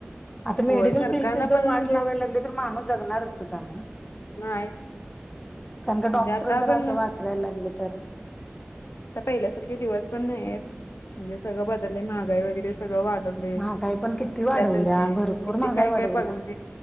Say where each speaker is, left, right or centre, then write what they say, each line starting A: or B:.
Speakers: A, on the left; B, on the left.
A: आता मेडिसिन
B: होय सरकारला
A: फील्डची जर
B: पण
A: वाट
B: म्हणजे
A: लावायला लागली, तर माणूस जगणारच कसा?
B: नाही
A: कारण का
B: म्हणजे
A: डॉक्टर
B: आता
A: जर
B: पण
A: असं
B: आता
A: वागायला लागले तर?
B: आता पहिल्यासारखे दिवस पण नाही आहेत म्हणजे सगळं बदलले महागाई वगैरे सगळं वाढलं.
A: महागाई पण किती वाढवल्या
B: थ
A: भरपूर
B: किती
A: महागाई
B: काय
A: वाढवल्या
B: काय बघ म्हणजे